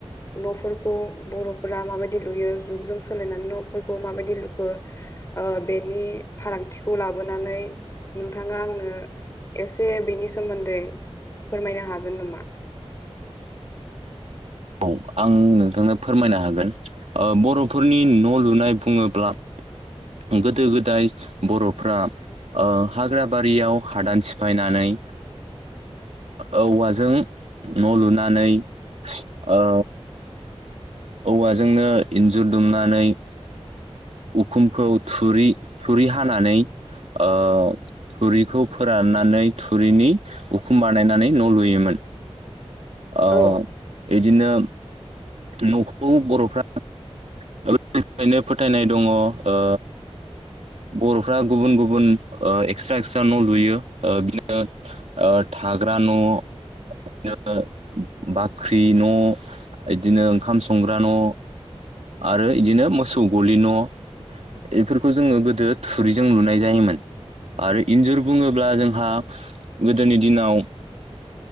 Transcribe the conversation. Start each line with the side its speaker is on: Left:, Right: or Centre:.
Left: न'फोरखौ बर'फोरा माबायदि लुयो जुगजों सोलायनानै न'फोरखौ माबायदि लुखो बेनि फारागथिखौ लाबोनानै नोंथाङा आंनो एसे बेनि सोमोन्दै फोरमायनो हागोन नामा?
Right: औ आं नोंथांनो फोरमायनो हागोन बर'फोरनि न' लुनाय बुङोब्ला गोदो गोदाय बर'फ्रा ओ हाग्राबारियाव हादान सिफायनानै औवाजों न' लुनानै ओ औवाजोंनो इन्जुर दुमनानै उखुमखौ थुरि थुरि हानानै ओ थुरिखौ फोराननानै थुरिनि उखुम बानायनानै न' लुयोमोन ओ
Left: औ
Right: इदिनो न'खौ बर'फ्रा <unintelligible> फोथायनाय दङ ओ बर'फ्रा गुबुन गुबुन ओ एक्सट्रा एक्सट्रा न' लुयो ओ बिदिनो ओ थाग्रा न' <unintelligible> बिदिनो बाख्रि न' बिदिनो ओंखाम संग्रा न' आरो इदिनो मोसौ गलि न' बेफोरखौ जोङो गो दो थुरिजों लुनाय जायोमोन आरो इन्जुर बुङोब्ला जोंहा गोदोनि दिनाव